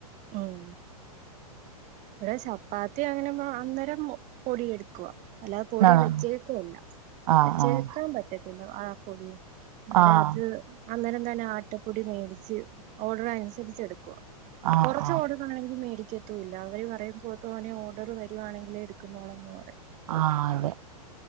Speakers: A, on the right; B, on the right.
A: ഉം ഇവ്ടെ ചപ്പാത്തി അങ്ങനെ അന്നേരം പൊടി എടുക്കുവാ അല്ലാതെ പൊടി
B: ആഹ്
A: വെച്ചേക്കുവല്ല
B: ആഹ്
A: വെച്ചേക്കാൻ പറ്റത്തില്ല ആ പൊടി. ഇന്ന്
B: ആഹ്
A: രാത്രി അന്നേരം തന്നെ ആട്ടപ്പൊടി മേടിച്ച് ഓഡർ അനുസരിച്ച് എടുക്കോ.
B: ആഹ്
A: കൊറച്ചോഡർ
B: ആഹ് ആഹ്
A: ആണെങ്കിൽ മേടിക്കത്തുംല്ല അവര് പറയും ബോ ത്തോനേ ഓഡർ വരുവാണെങ്കിലേ എടുക്കുന്നോളന്ന് പറയും.
B: ആഹ് അതെ